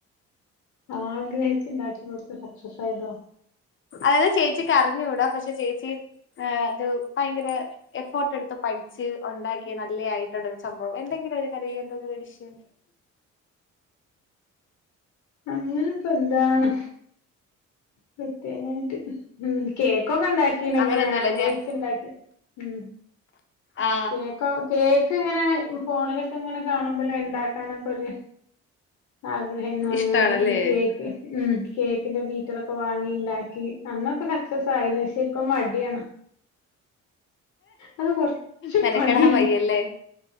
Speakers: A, on the left; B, on the left.
A: ആഗ്രഹിച്ച് ഇണ്ടാക്കി കൊടുത്ത് സക്സസ് ആയതോ
B: അഅ് ചേച്ചിക്ക് അറിഞ്ഞൂടാ പക്ഷെ ചേച്ച് ഇത് ആത് ഭയങ്കര എഫോർട്ടട്ത്ത് പഠിച്ച് ഒണ്ടാക്കിയ നല്ല്യായിട്ടുള്ളൊരു സംഭവം എന്തെങ്കിലും ഒരു കരിയർ ന്റെരു എഡിഷൻ
A: അങ്ങനെ ഇപ്പൊ എന്താണ് പ്രത്യേകായിട്ട് ഉം കേക്കൊക്കെ ണ്ടാക്കീണ്
B: അങ്ങനെയൊന്നുമില്ല
A: ഇങ്ങനെ ആഗ്രഹിച്ച്ണ്ടാക്കി
B: ഞാൻ
A: ഉം
B: ആ
A: കേക്കോ കേക്ക് ങ്ങനെ ഫോണിലൊക്കെ ങ്ങനെ കാണുമ്പലെ ഇണ്ടാക്കാനൊക്കൊര് ആഗ്രഹേന്നു
B: ഇഷ്ടാണല്ലേ
A: അങ്ങനെ ഈ കേക്ക് ഉം കേക്കിന്റെ ബീ പണി ഇണ്ടാക്കി അന്നൊക്- പ്പ സക്സസ് ആയിന് ഷെ ഇപ്പ മടിയാണ് അത് കൊറച്ച്
B: മെനക്കെടാൻ
A: പണ്യാണ്
B: വയ്യല്ലേ